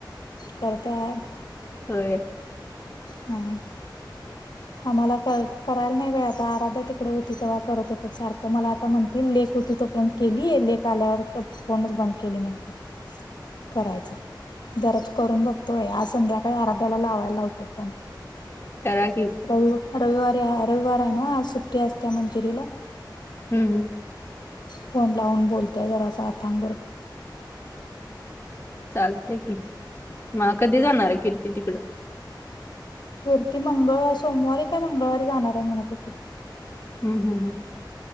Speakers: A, on the left; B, on the left.
A: करत्यात
B: होय.
A: हम आम्हांला काय करायला नाही बाई आता आराध्या तिकडं होती तेव्हा करत होतीत सारखं मला आता म्हणतील लेक होती तोपर्यंत केली, लेक आल्यावर फोनच बंद केली म्हणते. करायचं.. जराच करून बघतोय आज संध्याकाळी आराध्याला लावायला होतो फोन.
B: तरा.
A: रवि रविवारी रविवार आहे ना आज सुट्टी असते मंजीरीला.
B: हम् हम.
A: फोन लावून बोलत जराच हातांगबरोबर.
B: चालतेय की मग कधी जाणार आहे कीर्ती तिकडं.
A: कीर्ती मंगळ सोमवारी काय मंगळवारी जाणार आहे म्हणत होते..
B: हम्म हम्